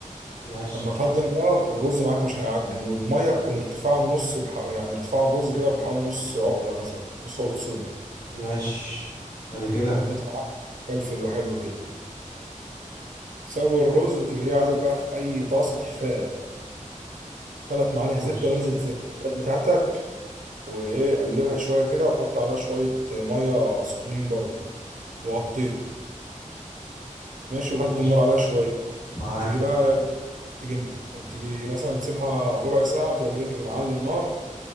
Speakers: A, on the left; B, on the right.
A: ماشي
B: لما تهدي النار الرز معاك مش هيعجن والميه تكون ارتفاعه النص بح... يعني ارتفاع الرز كده بحوالي نص عقله مثلا نص عقله صوبه
A: ماشي بعد كده
B: هيطلع معاك فلفل وحلو كده تسوي الرز وتيجي ايه عايزك بقى في اي طاسه تيفال ثلاث معالق
A: ماشي
B: زبده وانزل في الفراخ بتاعتك وايه قلبها شويه كده وحط عليها شويه ميه سخنين برضه وغطيها ماشي
A: ماشي
B: وهدي النار عليها شويه
A: معاك
B: وتيجي بقى تيجي تيجي مثلا تسيبها ربع ساعة وتيجي تيجي تيجي معلي النار